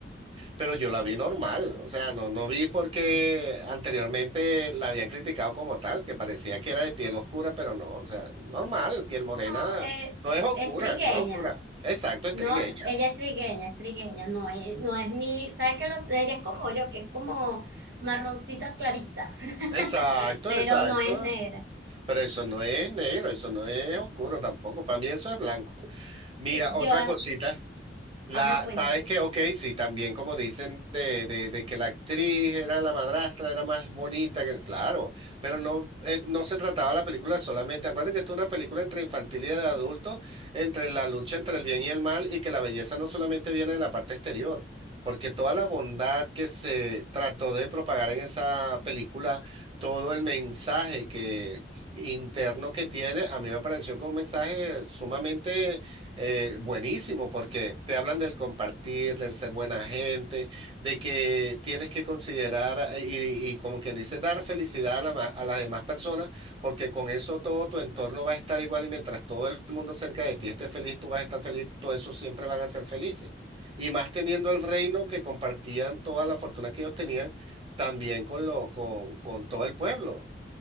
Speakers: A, on the right; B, on the right.
A: pero yo la vi normal. O sea, no, no vi porque anteriormente la habían criticado como tal, que parecía que era de piel oscura, pero no, o sea, normal, piel morena,
B: No, eh,
A: no es oscura,
B: es trigueña.
A: no es oscura. Exacto, es
B: No,
A: trigueña.
B: ella es trigueña, es trigueña. No, eh, no es ni, ¿sabes que los, ella es como yo, que es como marroncita clarita, <laughs>
A: Exacto,
B: pero
A: exacto.
B: no es negra.
A: Pero eso no es negro, eso no es oscuro tampoco. Para mí eso es blanco. Mira,
B: Sí, yo,
A: otra cosita. La,
B: ajá, cuéntame.
A: sabes que, ok, sí, también como dicen de, de- de que la actriz era la madrastra, era más bonita, que, claro, pero no, eh, no se trataba la película solamente, acuérdate que esto es una película entre infantil y de adultos, entre la lucha entre el bien y el mal, y que la belleza no solamente viene de la parte exterior, porque toda la bondad que se trató de propagar en esa película, todo el mensaje que interno que tiene, a mí me pareció que un mensaje sumamente eh, buenísimo, porque te hablan del compartir, del ser buena gente, de que tienes que considerar eh, y, y como quien dice, dar felicidad a, la ma- a las demás personas, porque con eso todo tu entorno va a estar igual y mientras todo el mundo cerca de ti esté feliz, tú vas a estar feliz, todos esos siempre van a ser felices. Y más teniendo el reino que compartían toda la fortuna que ellos tenían, también con, lo, con, con todo el pueblo.